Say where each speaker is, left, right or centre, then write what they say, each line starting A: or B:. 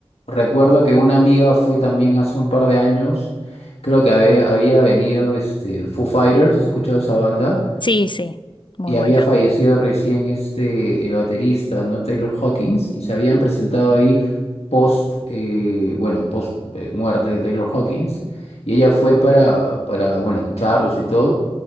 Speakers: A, on the left (about 80°); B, on the left (about 50°).
A: recuerdo que una amiga fue también hace un par de años, creo que había, había venido este, Foo Fighters, ¿has escuchado esa banda?
B: sí, sí, muy
A: Y
B: buena.
A: había fallecido recién este, el baterista, ¿no? Taylor Hawkins, y se habían presentado ahí post, eh, bueno, post eh, muerte de Taylor Hawkins, y ella fue para, para, bueno, escucharlos y todo.